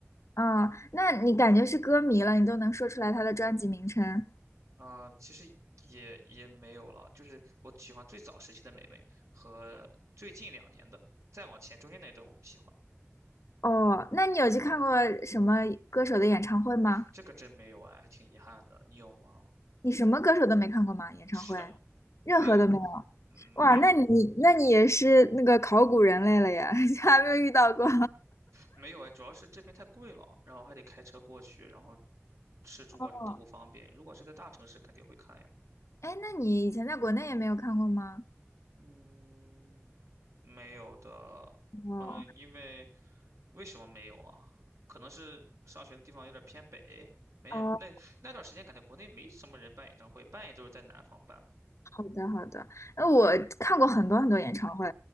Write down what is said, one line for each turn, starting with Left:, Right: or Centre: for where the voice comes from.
Left: 哦，那你感觉是歌迷了，你都能说出来他的专辑名称。
Right: 嗯，呃其实也也没有了，就是我喜欢最早时期的美味和最近两年的，再往前中间那段我不喜欢，
Left: 哦，那你有去看过什么歌手的演唱会吗？
Right: 这个真没有哎，还挺遗憾的。你有吗？
Left: 你什么歌手都没看过吗？演唱会，
Right: 是的，
Left: 任何都没有。
Right: 没有，嗯，
Left: 哇，
Right: 没有，
Left: 那你那你也是那个考古人类了呀，<laughs> 还没有遇到过。
Right: 没有哎，主要是这边太贵了，然后还得开车过去，然后吃住啊什么都不方便。
Left: 哦，
Right: 如果是在大城市，肯定会看呀。
Left: 哎，那你以前在国内也没有看过吗？
Right: 嗯，没有的，
Left: 哦，
Right: 嗯，因为为什么没有啊？可能是上学的地方有点偏北，没人。
Left: 哦，
Right: 那那段时间感觉国内没什么人办演唱会，办也都是在南方办。
Left: 好的好的。那我看过很多很多演唱会。